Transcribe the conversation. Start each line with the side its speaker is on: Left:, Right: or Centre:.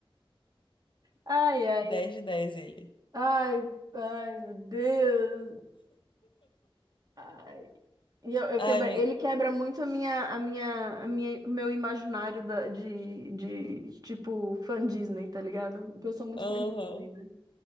Right: Ai, ai.
Left: dez de dez ele.
Right: Ai, ai, meu Deus. Ai. E eu, eu
Left: Ai,
Right: quebra...
Left: me.
Right: Ele quebra muito a minha, a minha, a minha, o meu imaginário da, de, de, tipo, fã Disney, tá ligado? Porque eu sou muito
Left: Aham,
Right: fã Disney, né?